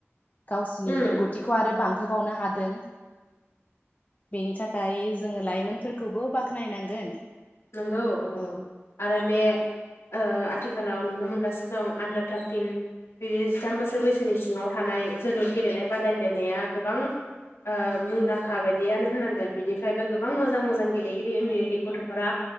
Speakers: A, on the left; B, on the left.
A: गावसिनि
B: उम
A: रोंगौथिखौ आरो बांहोबावनो हादों बेनि थाखाय जोङो लाइमोनफोरखौबो बाख्नायनांगोन
B: नोंगौ
A: औ
B: आरो बे ओ आथिखालाव नुनो मोनगासिनो दं आण्डार थार्टिन बे जिथाम बोसोर बैसोनि सिङाव थानाय जोलुर गेलेनाय बादायलायनाया गोबां ओ मुंदांखा बायदियानो होनांगोन बिनिफ्रायबो गोबां मोजां मोजां गेलेगिरि उन्दै उन्दै गथ' फोरा